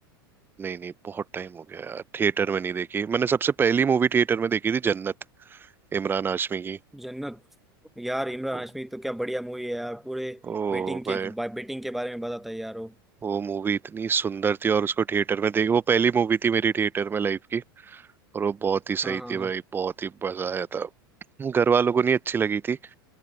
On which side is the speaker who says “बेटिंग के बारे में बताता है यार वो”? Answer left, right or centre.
Centre